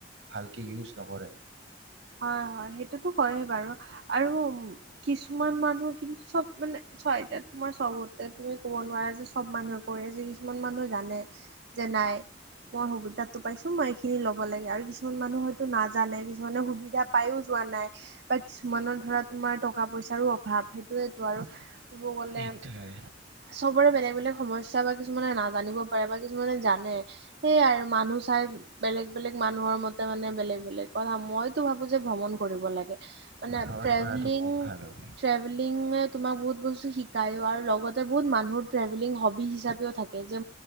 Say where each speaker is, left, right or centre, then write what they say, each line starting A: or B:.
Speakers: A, on the right; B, on the right.
A: ভালকে ইউজ নকৰে।
B: হয়- হয় সেইটোতো হয় বাৰু। আৰু কিছুমান মানুহ কিন্তু চব মানে, হয়। এতিয়া তোমাৰ চবতে তুমি কব নোৱাৰা যে, চব মানুহে কৰি আছে কিছুমান মানুহ জানে। যে নাই। মই সুবিধাতটো পাইছো মই এইখিনি ল'ব লাগে। আৰু কিছুমান কিছুমান মানুহ হয়তো নাজানে। কিছুমানে সুবিধা পাইও যোৱা নাই। বা কিছুমানৰ ধৰা, তোমাৰ টকা পইচাৰো অভাৱ। সেইটোয়েতটো আৰু। ক'ব গ'লে
A: এইটোৱে।
B: চবৰে বেলেগ -বেলেগ সমস্যা বা কিছুমানে নাজানিব পাৰে বা কিছুমানে জানে। সেয়াই আৰু মানুহ চাই বেলেগ- বেলেগ মানুহৰ মতে মানে, বেলেগ -বেলেগ কথা মই ভাবো যে ভ্ৰমণ কৰিব লাগে। মানে
A: এভইড
B: ট্ৰেভেলিং,
A: কৰাটো বহুত ভাল হ'ব।
B: ট্ৰেভেলিঙে তোমাক বহুত বস্তু শিকায়ো আৰু লগতে বহুত মানুহ টেভেলিং হবি হিচাপেও থাকে যে